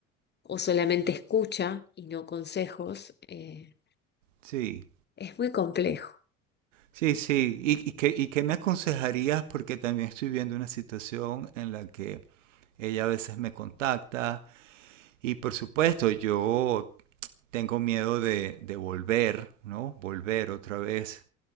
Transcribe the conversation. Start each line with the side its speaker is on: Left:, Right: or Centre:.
Left: o solamente escucha y no consejos. eh,
Right: sí.
Left: es muy complejo
Right: Sí, sí. ¿Y, y qué, y qué me aconsejarías? Porque también estoy viendo una situación en la que ella a veces me contacta y por supuesto yo tengo miedo de, de volver, ¿no? Volver otra vez